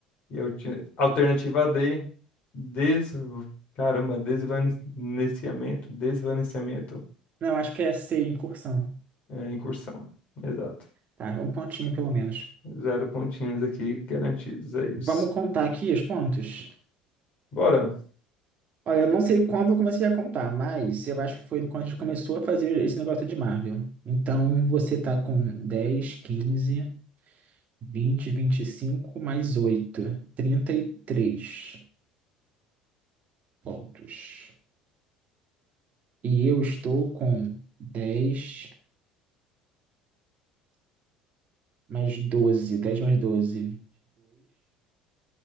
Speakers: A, on the left; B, on the right.
A: E alti- alternativa D, des... Caramba, desvanecimento, desvanecimento,
B: Não, acho que é C, incursão.
A: é, incursão. Exato.
B: Tá, um pontinho pelo menos.
A: Zero pontinhos aqui garantidos, é isso.
B: Vamos contar aqui os pontos.
A: Bora.
B: Olha, eu não sei quando eu comecei a contar, mas eu acho que foi quando a gente começou a fazer esse negócio de Marvel. Então, você tá com dez quinze vinte vinte e cinco mais oito trinta e três pontos. E eu estou com dez mais doze 10 mais 12,